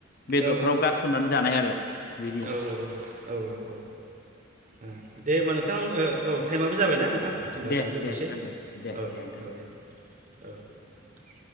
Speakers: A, on the left (about 50°); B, on the right (about 40°).
A: बेदरफ्राव
B: औ
A: गारसननानै जानाय आरो बिदि
B: औ औ औ औ औ ओ दे होमबा नोंथां ओ औ टाइमाबो जाबायना नोंथां होमबा
A: दे
B: दिनै दोनथ'नोसै
A: दे नोंथां दे दे
B: औ
A: नोंथां
B: औ दे। औ